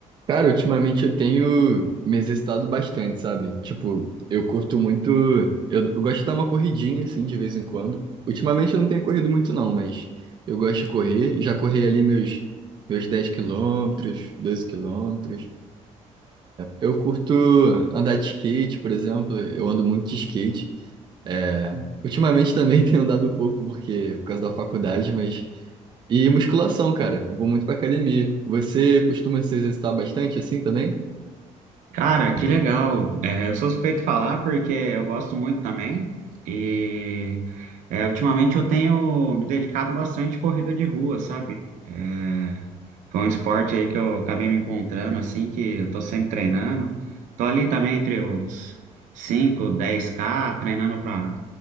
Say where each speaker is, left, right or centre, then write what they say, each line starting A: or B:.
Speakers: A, on the right; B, on the right.
A: Cara, ultimamente eu tenho me exercitado bastante, sabe? Tipo, eu curto muito. Eu, eu gosto de dar uma corridinha, assim, de vez em quando. Ultimamente eu não tenho corrido muito, não, mas eu gosto de correr. Já corri ali meus, meus 10 quilômetros, 12 quilômetros. Eu curto andar de skate, por exemplo. Eu ando muito de skate. É, Ultimamente também <laughs> tenho andado pouco, porque por causa da faculdade, mas. E musculação, cara. Vou muito pra academia. Você costuma se exercitar bastante assim também?
B: Cara, que legal. É, eu sou suspeito de falar porque eu gosto muito também. E é, ultimamente eu tenho me dedicado bastante à corrida de rua, sabe? É, foi um esporte aí que eu acabei me encontrando, assim, que eu tô sempre treinando. Tô ali também entre os cinco, dez k treinando para